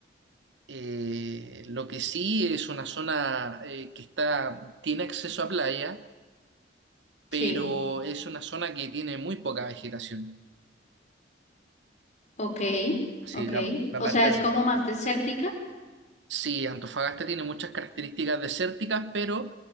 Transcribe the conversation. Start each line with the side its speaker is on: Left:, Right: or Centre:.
Right: Eh, lo que sí es una zona eh, que está, tiene acceso a playa, pero
Left: Sí,
Right: es una zona que tiene muy poca vegetación.
Left: ok,
Right: Sí,
Left: ok.
Right: la, la
Left: O
Right: parte
Left: sea, es como más desértica.
Right: Sí, Antofagasta tiene muchas características desérticas, pero